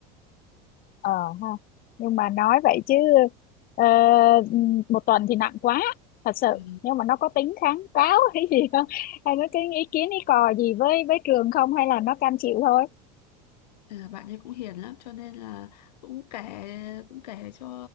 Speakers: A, on the left; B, on the left.
A: ờ ha nhưng mà nói vậy chứ ờ, một tuần thì nặng quá thật sự
B: ừ.
A: nhưng mà nó có tính kháng cáo <laughs> hay gì không hay nó cái ý kiến ý cò gì với với trường không hay là nó cam chịu thôi
B: À, bạn ấy cũng hiền lắm cho nên là cũng kể cũng kể cho